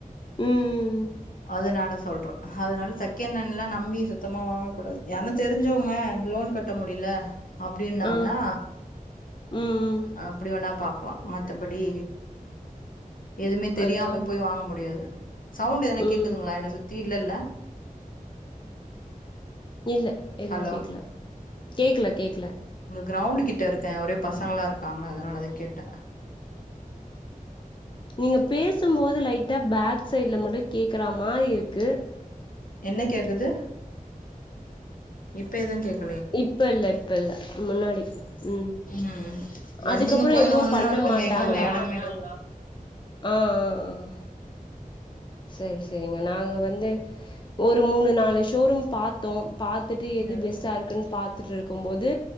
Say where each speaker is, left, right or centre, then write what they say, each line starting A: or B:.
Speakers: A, on the left; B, on the left.
A: ம்
B: அதனால சொல்றே அதனால செகனன்ல நம்பி சுத்தம் தம்மா வாங்க கூடாது ஏன்னா தெரிஞ்சவங்க லோன் கட்ட முடியல அப்டின்னாங்கனா
A: ஆ ம் ம்
B: அப்டி வேணா பாப் பா மத்தபடி எதுமே தெரியாம
A: அதா அதா
B: போய் வாங்க முடியாது சவுண்ட் எதனா
A: ம்
B: கேக்குதுங்களா என்ன சுத் தி இல்லல்ல
A: இல்ல எதுவு
B: ஹலோ
A: கேக்கல கேக்கல கேக்கல
B: கிரௌண்டு கிட்ட இருக்கே ஒரே பசங்களா இருக்காங்களா அதனாலதா கேட்டே
A: நீங்க பேசும்போது லைட்டா பேக் சைட்ல மட்டு கேக்குற மாரி இருக் க்கு
B: என்ன கேக்குது இப்பயது கேக்
A: இப்ப இல்ல இப்ப இல்ல முன்னாடி உ
B: ம் வண்டிங்க
A: அதுக்கப்புறோ
B: போயினு
A: எதுவு
B: வந்துனு
A: பண்ண
B: இருக்குங்க
A: மாட்டாங்களா
B: எங்கங்க எடமே இல்ல
A: ஆ ஆ ஆ சரி ச சரிங்க நாங்க வந்து ஒரு மூணு நாலு ஷோரூம் பாத்தோ பாத்துட்டு எது
B: ம்
A: பெஸ்டா இருக்குன்னு பாத் துட்ருக்கும்போது